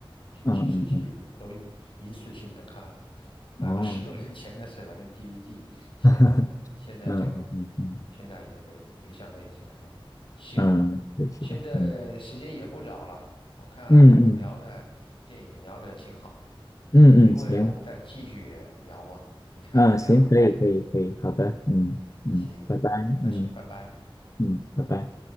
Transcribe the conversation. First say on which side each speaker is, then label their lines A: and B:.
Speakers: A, on the left (about 65°); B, on the left (about 35°).
A: 几几十集都一一次性的看了，
B: 嗯嗯
A: 那都十多年前的事了，
B: 嗯哦
A: 用 DVD，
B: <laughs>
A: 现在现在就
B: 嗯嗯嗯嗯
A: 现在也没没像那以前了。行，
B: 嗯，对是的，
A: 现在时间也不早了。
B: 嗯
A: 我看我们聊的电影聊的挺好，
B: 嗯嗯嗯嗯，
A: 有机会我们再继续聊吧，
B: 行。
A: 你看怎么样？
B: 啊，行，可以，可以，可以，好的，嗯嗯，
A: 行，
B: 拜拜，
A: 那行，
B: 嗯
A: 拜拜。
B: 嗯，拜拜。